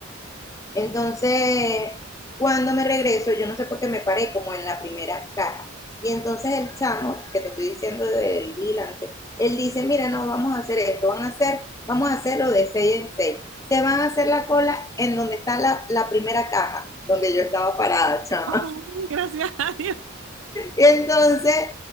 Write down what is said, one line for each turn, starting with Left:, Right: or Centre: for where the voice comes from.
Left: Entonces, cuando me regreso, yo no sé por qué me paré como en la primera caja. Y entonces el chamo, que te estoy diciendo del vigilante, él dice, mira, no, vamos a hacer esto, van a hacer, vamos a hacerlo de 6 en seis Se van a hacer la cola en donde está la, la primera caja, donde yo estaba parada, chamo.
Right: Ah, gracias a Dios.
Left: entonces